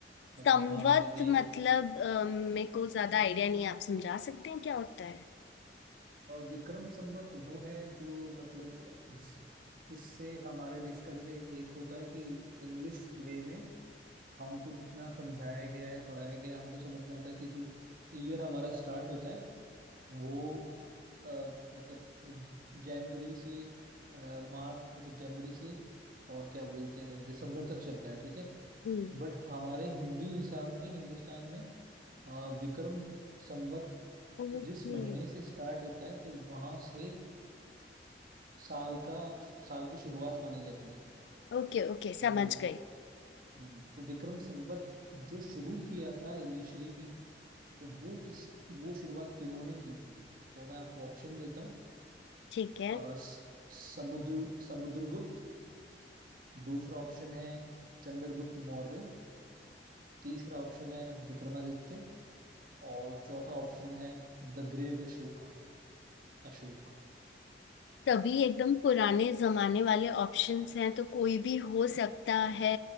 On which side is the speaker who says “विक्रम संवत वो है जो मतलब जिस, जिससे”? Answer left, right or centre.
Right